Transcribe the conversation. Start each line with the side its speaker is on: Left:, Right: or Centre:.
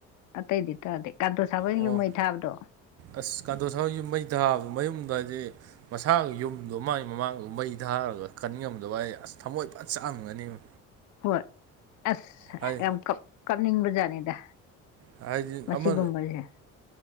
Left: ꯑꯇꯩꯗꯤ ꯇꯥꯗꯦ ꯀꯥꯡꯇꯣ ꯁꯥꯕꯥꯟ
Right: ꯑꯣ
Left: ꯌꯨꯝ ꯃꯩ ꯊꯥꯕꯗꯣ
Right: ꯑꯁ ꯀꯥꯟꯇꯣ ꯁꯥꯕꯟ ꯌꯨꯝ ꯃꯩ ꯊꯥꯕꯗꯣ ꯃꯌꯨꯝꯗꯣ ꯍꯥꯏꯗꯤ ꯃꯁꯥꯒꯤ ꯌꯨꯝꯗꯣ ꯃꯥꯒꯤ ꯃꯃꯥꯡꯗꯨꯗ ꯃꯩ ꯊꯥꯔꯒ ꯀꯟ ꯉꯝꯗꯥꯕꯩ ꯑꯁ ꯊꯃꯣꯏ ꯐꯖꯅ ꯆꯥꯛꯑꯝꯒꯅꯤ ꯃꯥ
Left: ꯍꯣꯏ ꯑꯁ
Right: ꯍꯥꯏ
Left: ꯌꯥꯝ ꯀꯞꯅꯤꯡꯕꯖꯥꯠꯅꯤꯗ
Right: ꯍꯥꯏꯗꯤ
Left: ꯃꯁꯤꯒꯨꯝꯕꯁꯦ
Right: ꯑꯃ